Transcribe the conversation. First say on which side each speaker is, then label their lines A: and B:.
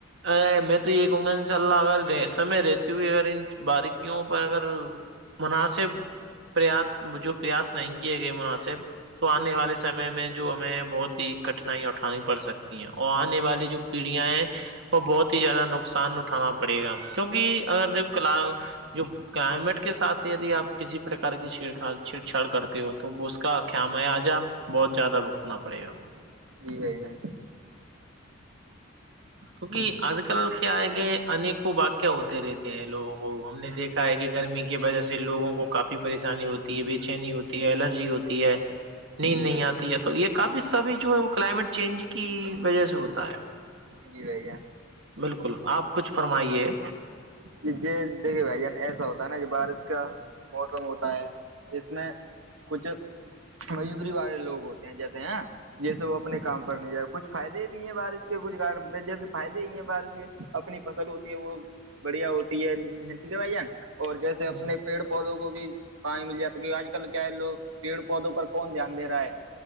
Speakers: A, on the right; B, on the right.
A: ارے میں تو یہ کہوں گا ان شاء اللہ اگر سم میں رہتی ہوئی اگر ان باریکیوں پر اگر مناسب پریاس جو پریاس نہیں کیے گئے مناسب تو آنے والے سمے میں جو ہمیں بہت ہی کٹھنائیا اٹھانی پڑ سکتی ہیں اور آنے والی جو پیڑیاں ہے وہ بہت ہی زیادہ نقصان اٹھانا پڑے گا کیونکہ اگر د کلا جو کلائمیٹ کے ساتھ ہی دی آپ کسی پرک کی چھیڑ چھڑچھاڑ کرتی ہو تو اس کا خم ہے آ جا بہت زیادہ بگتنا پڑے گا
B: جی بھائی جان
A: کیونکہ آج کل کیا آئے کہ انیکوں واقع ہوتے رہتے ہیں لوگوں کو ہم نے دیکھ کا ہے کہ گرمی کی وجہ سے لوگوں کو کافی پریشانی ہوتی ہے بے چینی ہوتی ہے الرجی ہوتی ہے ہ <unintelligible> نیند
B: جی
A: نہیں
B: بھائی
A: آتی
B: جان
A: ہے تو یہ کافی سبھی جو ہے وہ کلائمیٹ چینج کی وجہ سے ہوتا ہے
B: جی بھ جان
A: بالکل آپ کچھ فرمائیے
B: یہ دیکھے بھائی جان ایسا ہوتا ہے نا یہ بارش کا موسم ہوتا ہے اس میں کچھ مجودری والے لوگ ہوتے ہیں جیسے ہیں جیسے وہ اپنے کام پر نہیں جائے کچھ فائدے بھی ہیں بارش کے کچھ گ جیسے فائدے ہی ہیں بارش کے اپنی فصل ہوتی ہے وہ بڑھیا ہوتی ہےیک بائی ان اور جیسے اپنے
A: ہوں
B: پیڑ پودوں کو بھی پانی مل جاتا ہے کیہ آج کل کیا ہے لوگ پیڑ پودوں پر کون دھیان دے رہا ہے